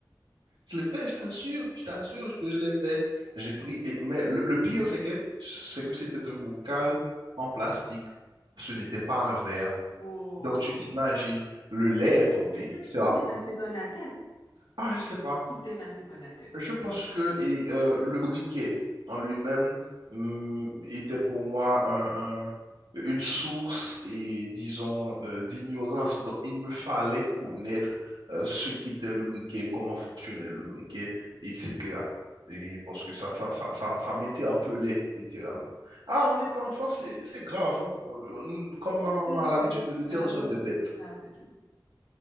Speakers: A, on the right (about 80°); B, on the left (about 80°).
A: Je l'ai fait, je t'assure, je t'assure que je l'ai fait. J'ai pris, et- mais le, le pire, c'est que, c'est que c'était un bocal en plastique. Ce n'était pas un verre.
B: Oh.
A: Donc, tu t'imagines, le lait est tombé.
B: Mais qu'est-ce
A: C'est la,
B: qui
A: pro-
B: t'est passé par la tête?
A: ah, je sais pas.
B: Qui t'est passé par la tête?
A: Je pense que et, euh, le briquet en lui-même hum, était pour moi un- un- une source et disons euh, d'ignorance. Donc il me fallait connaître euh, ce qu'était le briquet, comment fonctionnait le briquet, etc. Et parce que ça, ça, ça, ça, ça m'interpellait littéralement. Ah, en étant enfant, c'est, c'est grave. on- on- comme
B: On
A: ma
B: fait
A: maman a l'habitude
B: des
A: de le dire,
B: tas,
A: nous sommes des
B: des
A: bêtes.
B: tas de tout.